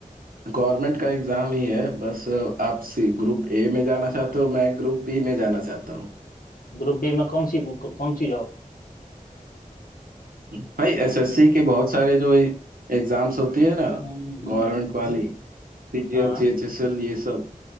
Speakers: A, on the right; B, on the left.
A: गवर्नमेंट का एग्जाम ही है बस आप ग्रुप ए में जाना चाहते हो मैं ग्रुप बी में जाना चाहता हूँ
B: ग्रुप बी में कौन सी कौन सी जॉब
A: भाई एसएससी के बहुत सारे जो एग्जाम्स होती है ना
B: हम्म हम्म
A: गवर्नमेंट
B: हम्म हम्म,
A: वाली सीजीएल
B: हाँ
A: सीएचएसएल ये सब